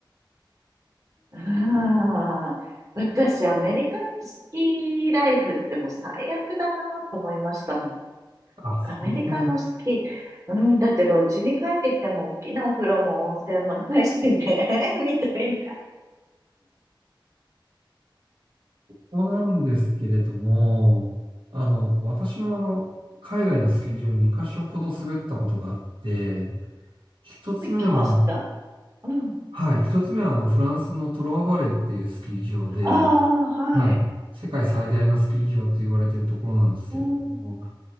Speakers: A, on the right; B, on the right.
A: うん。私、アメリカのスキーライフってもう最悪だなと思いましたもん。
B: あ、本当だ。
A: アメリカのスキー、
B: こ
A: うん、だってロッジに帰ってきても大きなお風呂も温泉もないしね、<laughs> みたいな。
B: こなんですけれども、あの、私もあの、海外のスキー場に2箇所ほど滑ったことがあって、一つ目は、
A: 行きましたうん。
B: はい、一つ目はあの、フランスのトロワバレーっていうスキー場で、
A: ああ、はい。
B: はい、世界最大のスキー場と言われているところなんですけれども、
A: うん。うん。